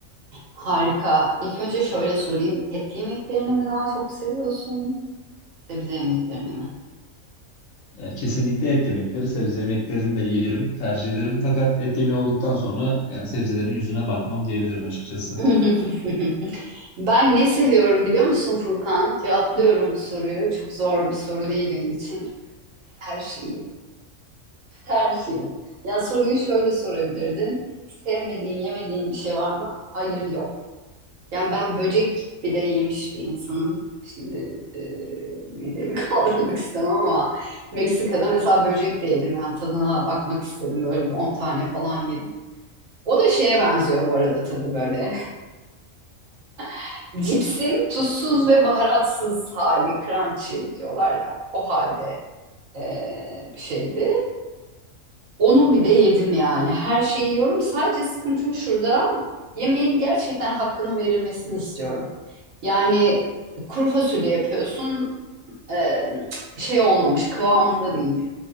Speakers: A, on the right (about 70°); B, on the left (about 70°).
A: harika. İlk önce şöyle sorayım. Et yemeklerini mi daha çok seviyorsun? Sebze yemeklerini mi?
B: Yani kesinlikle et yemekleri, sebze yemeklerini de yerim, tercih ederim. Fakat et yemeği olduktan sonra yani sebzelerin yüzüne bakmam diyebilirim açıkçası.
A: <laughs> Ben ne seviyorum biliyor musun Furkan? Cevaplıyorum bu soruyu. Çok zor bir soru değil benim için. Her şeyi. Her şeyi. Yani soruyu şöyle sorabilirdin. Sevmediğin, yemediğin bir şey var mı? Hayır, yok. Yani ben böcek bile yemiş bir insanım. Şimdi e, midemi <laughs> kaldırmak istemem ama Meksika'da mesela böcek de yedim. Yani tadına bakmak istedim. Böyle bir 10 tane falan yedim. O da şeye benziyor bu arada tadı böyle. <laughs> Cipsin tuzsuz ve baharatsız hali, crunchy diyorlar ya. O halde e, bir şeydi. Onu bile yedim yani. Her şeyi yiyorum. Sadece sıkıntım şurada. Yemeğin gerçekten hakkının verilmesini istiyorum. Yani kuru fasulye yapıyorsun e, şey olmamış kıvamında değil.